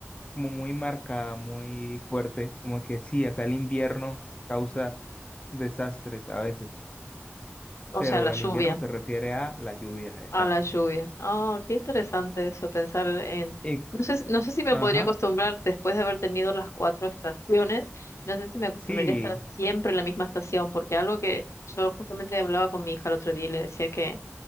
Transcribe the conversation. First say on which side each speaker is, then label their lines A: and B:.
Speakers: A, on the left; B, on the left.
A: como muy marcada, muy fuerte, como que sí, acá el invierno causa desastres a veces,
B: O
A: pero
B: sea, la lluvia,
A: el invierno se refiere a la lluvia, exacto.
B: a la lluvia. Oh, qué interesante eso, pensar en...
A: Y,
B: No sé, si- no sé si me
A: ajá,
B: podría acostumbrar, después de haber tenido las cuatro estaciones, no sé si me acostumbraría
A: sí,
B: a estar siempre en la misma estación, porque algo que yo justamente hablaba con mi hija el otro día y le decía que...